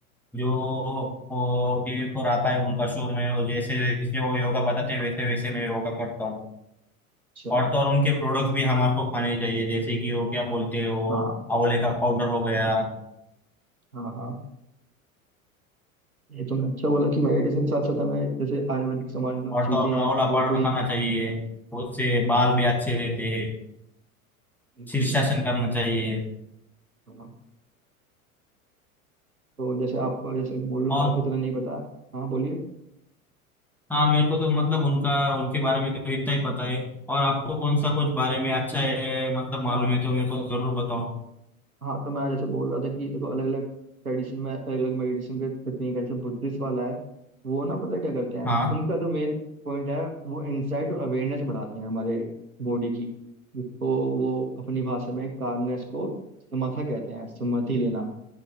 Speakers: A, in the centre; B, on the right.
A: जो वो टीवी पर आता है उनका शो मैं वो जैसे जैसे वो योगा बताते हैं वैसे वैसे मैं योगा करता हूँ
B: अच्छा
A: और तो और उनके प्रोडक्ट्स भी हमारे को खाने चाहिए जैसे कि वो क्या बोलते हो
B: हाँ
A: आंवले का पाउडर हो गया
B: हाँ हाँ ये तुमने अच्छा बोला कि मेडिटेशन के साथ साथ हमें जैसे आयुर्वेदिक समाज में
A: और
B: चीजें
A: तो और
B: हैं
A: आंवला
B: वो
A: पाउडर
B: भी
A: खाना चाहिए उससे
B: हम्म
A: बाल
B: हम्म,
A: भी अच्छे रहते हैं
B: बिल्कुल
A: शीर्षासन
B: बिल्कुल
A: करना चाहिए
B: हाँ तो जैसे आपको जैसे बोल रहे हो
A: और
B: कि आपको इतना नहीं पता हाँ बोलिए
A: हाँ मेरे को तो मतलब उनका उनके बारे में तो इतना ही पता है और आपको कौन सा कुछ बारे में अच्छा है मतलब मालूम
B: हाँ
A: है तो मेरे को जरूर बताओ
B: हाँ तो मैं जैसे बोल रहा था कि देखो अलग अलग ट्रेडिशन में अलग अलग मेडिटेशन के तकनीक है जैसे बुद्धिस्ट वाला है वो ना पता है क्या करते हैं
A: हाँ
B: उनका जो मेन पॉइंट है वो इंसाइट और अवेयरनेस बढ़ाते हैं हमारे बॉडी की जिसको वो अपनी भाषा में कामनेस को समाधा कहते हैं समाधि लेना